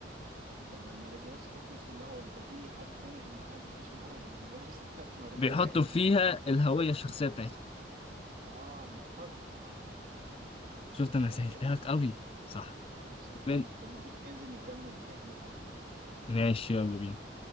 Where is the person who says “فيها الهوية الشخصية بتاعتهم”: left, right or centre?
Left